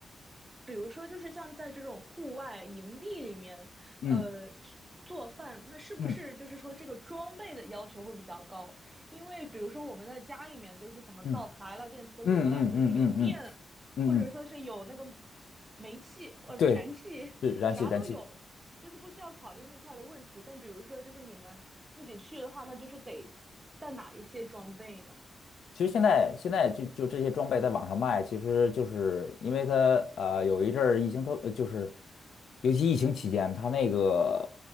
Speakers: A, on the right; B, on the left.
A: 比如说，就是像在这种户外营地里面，
B: 嗯
A: 呃，做饭，那是不是就是说这个装备的要求会比较高？
B: 嗯
A: 因为比如说我们在家里面，就是什么灶台了、
B: 嗯
A: 电磁炉了，
B: 嗯嗯嗯嗯嗯嗯
A: 就是有电，
B: 嗯，
A: 或者说是有那个煤气或者燃气，
B: 对，是燃气燃气。
A: 啥都有，
B: 对。
A: 就是不需要考虑那块的问题。但比如说，就是你们自己去的话，那就是得带哪一些装备呢？
B: 其实现在现在就就这些装备在网上卖，其实就是因为它呃有一阵儿疫情特呃就是尤其疫情期间，它那个